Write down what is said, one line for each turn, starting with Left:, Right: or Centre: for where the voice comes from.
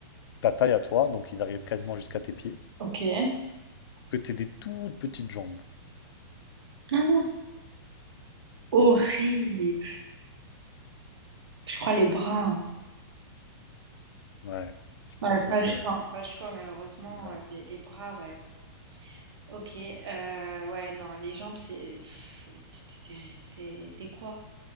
Left: ta taille à toi, donc ils arrivent quasiment jusqu'à tes pieds.
Right: Ok. <laughs>
Left: Que t'aies des toutes petites jambes.
Right: Ah, Horrible. Je crois les bras. hein.
Left: Ouais, je
Right: Ouais,
Left: pense
Right: pas
Left: aussi,
Right: le choix.
Left: ouais.
Right: hein. Pas le choix, malheureusement.
Left: Ouais,
Right: euh, Les, les bras, ouais. Ok. euh, ouais, non, les jambes, c'est. pff, T'es t'es- t'es- t'es t'es quoi?